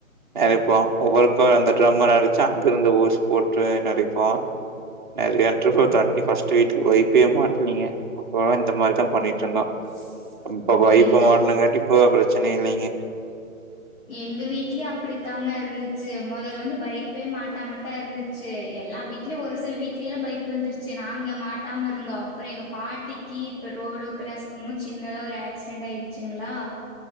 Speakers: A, on the right; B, on the left.
A: நெறைப்போ போறப்ப அந்த ட்ரம்மல்லா வச்சு அங்கருந்து ஓஸ் போட்டு நெறைப்போ நெறயா ட்ரிப்பு தண்ணி ஃபஸ் டிட் ஒய்ப்பயே மாட்டுவிங்க அப்போலா இந்த மாரிதா பண்ணிட்ருந்தோ
B: <inaudible>
A: இப்ப பைப்ப
B: எங்க
A: மாட்னாங்காட்டி இப்ப‌தா பிர ச்சனையில்லைங்க
B: எங்க வீட்லயு அப்பிடித்தாங்க இருந்துச்சு மொதல்ல வந்து பைப்பே மாட்டாமத்தா இருந்துச்சு எல்லா வீட்லயு ஒரு சில வீட்லயெலா பைப் வந்துர்ச்சு நாங்க மாட்டாமருந்தோ அப்பறொ எங்க பாட்டிக்கு இப்ப ரோடு க்ராஸ் பண்ணும்மோ சின்னதா ஒரு ஆக்சிடென்ட் ஆயிடுச்சுங்களா